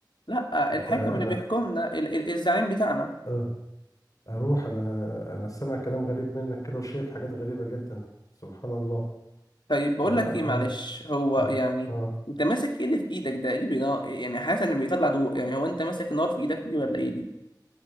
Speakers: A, on the left; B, on the left.
A: لا
B: انت
A: الحاكم
B: انا
A: اللي بيحكمنا ال ال الزعيم بتاعنا
B: اه اروح انا انا سامع كلام غريب منك كده وشايف حاجات غريبة جدا سبحان الله
A: طيب بقول
B: انا
A: لك ايه
B: اه
A: معلش هو
B: إيه ده؟
A: يعني
B: اه
A: انت ماسك ايه اللي في ايدك ده إيه اللي بينا يعني حاسس ان بيطلع ضوء يعني هو انت ماسك نار في ايدك دي ولا ايه دي